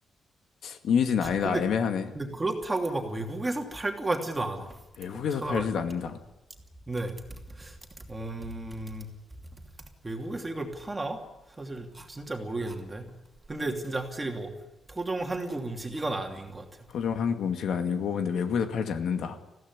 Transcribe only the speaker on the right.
근데
근데 그렇다고 막 외국에서 팔 것 같지도 않아.
한번 찾아봐야
되나?
네. 음, 외국에서 이걸 파나? 사실 진짜 모르겠는데. 근데 진짜 확실히 뭐 토종 한국 음식 이건 아닌 것 같아요.